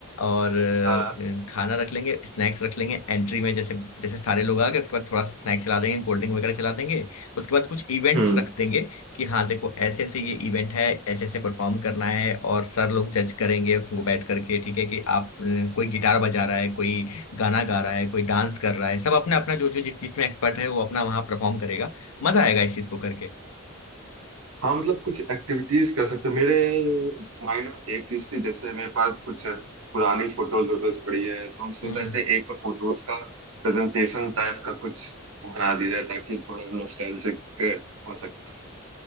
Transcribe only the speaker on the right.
हाँ
हम्म
हाँ मतलब कुछ एक्टिविटीज कर सकते मेरे माइंड में एक चीज थी जैसे मेरे पास कुछ पुरानी फोटोज वोटोज पड़ी है तो हम सोच
रहे
थे एक फोटोज का प्रेजेंटेशन टाइप का कुछ बना दिया जाए ताकि थोड़ा नॉस्टैल्जिक हो सके